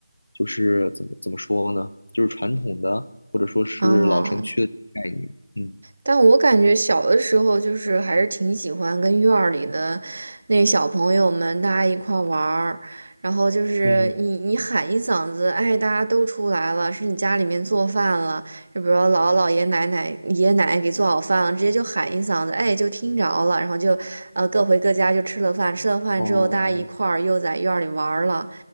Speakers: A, on the left; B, on the right.
A: 就是怎么怎么说呢，就是传统的或者说是老城区的概念，
B: 哦
A: 嗯
B: 但我感觉小的时候就是还是挺喜欢跟院儿里的那小朋友们大家一块儿玩儿，然后就是你你喊一嗓子，
A: 嗯
B: 哎，大家都出来了，是你家里面做饭了，就比如说姥姥姥爷奶奶爷爷奶奶给做好饭了，直接就喊一嗓子，哎，就听着了，然后就呃各回各家就吃了饭，吃了饭之后大家一块儿又在院儿里玩儿了，
A: 哦，